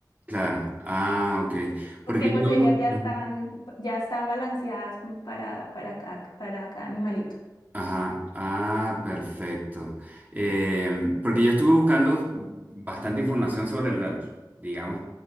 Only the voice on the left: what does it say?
Porque
pues
ellas ya
están, ya están balanceadas como para, para cada, para cada animalito.